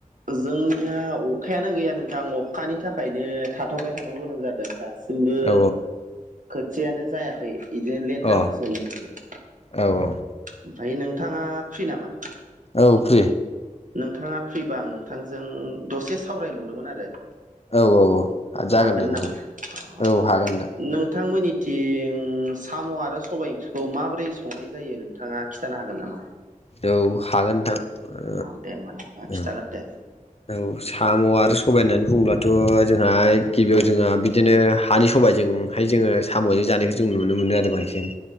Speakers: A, on the right (about 65°); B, on the left (about 45°).
A: जोंनिया अखायानो गैया नोंथां अखानि थाखायनो थाथ'बाय थानांगौ गोनां जादों दा। सिमबो
B: औ
A: खोथियानो जायाखै इदिनो लेट
B: अ
A: जालांसिगोन जोंनिथिं।
B: औ औ।
A: ओमफ्राय नोंथाङा फ्रि नामा?
B: औ फ्रि।
A: नोंथाङा फ्रिबा आं नोंथांजों दसे सावरायनो नंदोंमोन आरो।
B: औ औ औ जागोन
A: हागोन
B: दे नोंथां
A: नामा अ
B: औ हागोन नोंथां
A: नोंथांमोननि थिं साम' आरो सबाय ओंख्रिखौ माबोरै संनाय जायो नोंथाङा खिथानो हागोन नामा?
B: औ हागोन नोंथां ओ
A: अ दे होमबा नोंथाङा खिथागोन
B: ओ।
A: दे
B: औ साम' आरो सबाय होननानै बुङोब्लाथ' जोंहा गिबियाव जोंहा बिदिनो हानि सबायजों हाय जोङो साम'जों जानायखौ जों नुनो मोनो आरो बांसिन।